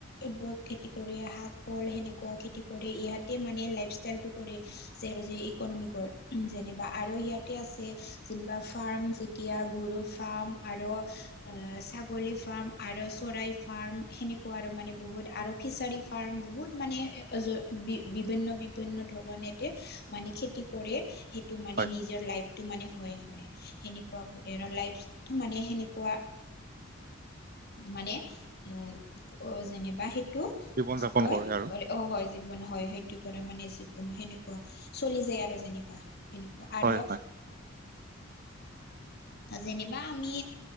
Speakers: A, on the left; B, on the right.
A: এইবোৰক খেতি কৰে শাক ফল সেনেকুৱা খেতি কৰে ইয়াতে মানে লাইফ ষ্টাইলটো কৰে। যে আৰু যে ইকনমিকৰ যেনিবা আৰু ইয়াতে আছে যেনিবা ফাৰ্ম যেতিয়া গৰুৰ ফাৰ্ম আৰু আহ ছাগলী ফাৰ্ম আৰ চৰাই ফাৰ্ম সেনেকুৱা আৰু মানে বহুত আৰু ফিচাৰী ফাৰ্ম বহুত মানে এই য বি বিভিন্ন বিভিন্ন ধৰণ এতে মানে খেতি কৰে সেইটো মানে
B: হয়
A: নিজৰ লাইফটো মানে হয় হয় সেনেকুৱা কৰে আৰু লাইফটো মানে সেনেকুৱা মানে এ যেনিবা সেইটো
B: জীৱন
A: কি
B: যাপন
A: কয়
B: কৰে আৰু
A: কলে অ হয় জীৱন হয় সেইটো কৰা মানে জীৱন সেনেকুৱা চলি যায় আৰু যেনিবা এনেকুৱা আৰু
B: হয় হয়।
A: যেনিবা আমি